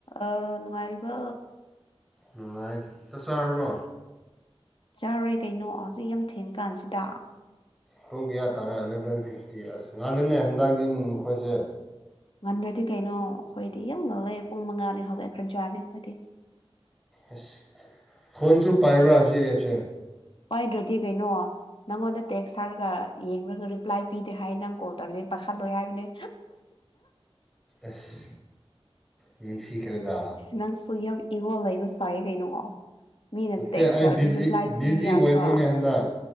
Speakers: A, on the left; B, in the centre.
A: ꯑ ꯅꯨꯉꯥꯏꯔꯤꯕꯣ
B: ꯅꯨꯡꯉꯥꯏ ꯆꯥꯛ ꯆꯥꯔꯕꯣ
A: ꯆꯥꯔꯦ ꯀꯩꯅꯣ ꯍꯧꯖꯤꯛ ꯌꯥꯝ ꯊꯦꯡꯀꯥꯟꯁꯤꯗ
B: ꯄꯨꯡ ꯀꯌꯥ ꯇꯥꯔꯦ ꯑꯦꯂꯚꯦꯟ ꯐꯤꯐꯇꯤ ꯑꯁ ꯉꯥꯜꯂꯤꯅꯦ ꯍꯟꯗꯛꯗꯤ ꯅꯈꯣꯏꯁꯦ
A: ꯉꯟꯗ꯭ꯔꯗꯤ ꯀꯩꯅꯣ ꯑꯩꯈꯣꯏꯗꯤ ꯌꯥꯝ ꯉꯜꯂꯦ ꯄꯨꯡ ꯃꯉꯥꯅꯤ ꯍꯧꯒꯠꯈ꯭ꯔꯖꯥꯠꯅꯦ ꯑꯩꯈꯣꯏꯗꯤ
B: ꯑꯁ ꯐꯣꯟꯁꯨ ꯄꯥꯏꯕ꯭ꯔꯥ ꯁꯤ ꯑꯦꯞꯁꯦ
A: ꯄꯥꯏꯗ꯭ꯔꯗꯤ ꯀꯩꯅꯣ ꯅꯪꯉꯣꯟꯗ ꯇꯦꯛꯁ ꯊꯥꯔꯒ ꯌꯦꯡꯔꯒ ꯔꯤꯄ꯭ꯂꯥꯏ ꯄꯤꯗꯦ ꯍꯥꯏ ꯅꯪ ꯀꯣꯜ ꯇꯧꯔꯗꯤ ꯄꯥꯈꯠꯂꯣꯏ ꯍꯥꯏꯕꯅꯦ
B: ꯑꯁ ꯅꯨꯡꯁꯤꯈ꯭ꯔꯦꯗ
A: ꯅꯪꯁꯨ ꯌꯥꯝ ꯏꯒꯣꯜ ꯂꯩꯕꯁ ꯐꯥꯌꯦ ꯀꯩꯅꯣ ꯃꯤꯅ
B: ꯅꯠꯇꯦ
A: ꯇꯦꯛꯁ
B: ꯑꯩ ꯕꯤꯖꯤ
A: ꯇꯧꯔꯗꯤ ꯔꯤꯄ꯭ꯂꯥꯏ
B: ꯕꯤꯖꯤ
A: ꯄꯤꯌꯨ ꯌꯥꯗ꯭ꯔꯣ
B: ꯑꯣꯏꯕꯅꯦ ꯍꯟꯗꯛ